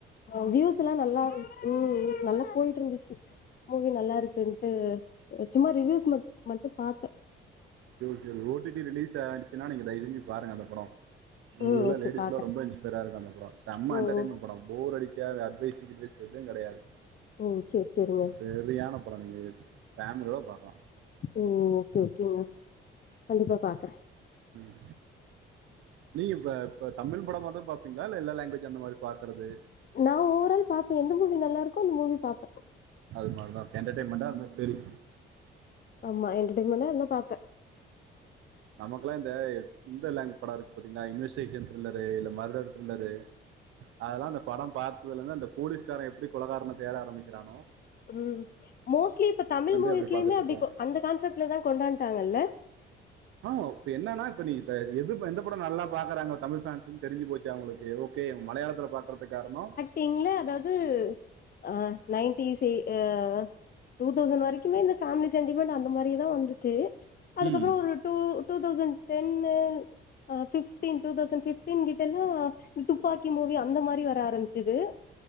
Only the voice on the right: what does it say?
சேரி okay O T B release ஆய்டுச்சுனா நீங்க தைசெஞ்சு பாருங்க அந்த படோ உங்ளுக்குலா
லேடிஸ்லா
ரொம்ப இன்ஸ் டெடா இருக்கு அந்த படோ சம்ம
என்டர்டெய்ன்மெண்ட்
படோ போர் அடிக்காது அட்வைஸு கிட்வைஸ் எது கெடையாது
செரியான படோ நீங்க ஃபேமிலியோ பாக்லா
ம் நீங்க இப்ப இப்ப தமிழ் படமாதா பாப்பீங்ளா இல்ல எல்லா லாங்வேஜ் அந்த மாரி பாக்கறது
அது மாரிதா என்டர்டெய்ன்மென்ட்டா இருந்தா சேரி
நமக்குலா இந்த இந்த லேங் படோ இருக் பாத்தீங்ளா இன்வெஸ்டேஷன் த்ரில்லரு இல்ல மர்டர் த்ரில்லரு அதுலா அந்த படோ பாத்ததுல இருந்து அந்த போலீஸ்காரே எப்டி கொலகாருன தேட ஆரமிக்கிறானோ
அப்படி பார்த்துட்டு
இருக்கோம்
ஆமா இப்ப என்னனா இப்ப நீ இப்ப எதுப்ப எந்த படோ நல்லா பாக்குறாங்க தமிழ் ஃபேன்ஸுன் தெரிஞ்சு போச்சு அவுங்குளுக்கு எதோ தே மலையாளத்துல பாக்கரதுக் காருணோ
ம்